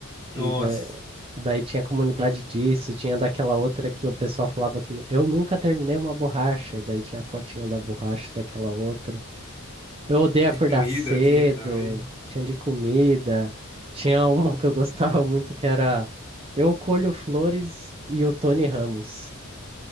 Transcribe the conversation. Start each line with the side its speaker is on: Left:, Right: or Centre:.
Left: Nossa,
Right: e da- daí tinha comunidade disso, tinha daquela outra que o pessoal falava que nu- eu nunca terminei uma borracha, e daí tinha a fotinha da borracha daquela outra. Eu odeio
Left: de
Right: acordar
Left: comida
Right: cedo,
Left: tinha também.
Right: tinha de comida, tinha uma que eu <laughs> gostava muito que era eu colho flores e o Tony Ramos.